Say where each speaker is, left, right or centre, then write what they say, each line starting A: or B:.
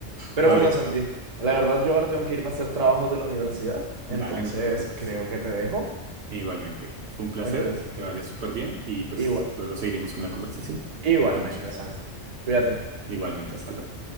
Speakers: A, on the right (about 35°); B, on the right (about 70°).
A: Pero
B: Vale,
A: bueno, Santi, la verdad yo ahora tengo que irme a hacer trabajos de la universidad, entonces
B: dale, no te preocupes.
A: creo que te dejo.
B: Igualmente, fue un placer,
A: Entonces,
B: que te vaya súper bien y pues
A: igual,
B: luego seguiremos con la conversación.
A: igualmente,
B: Cuídate mucho.
A: Santi, cuídate.
B: Igualmente, hasta luego.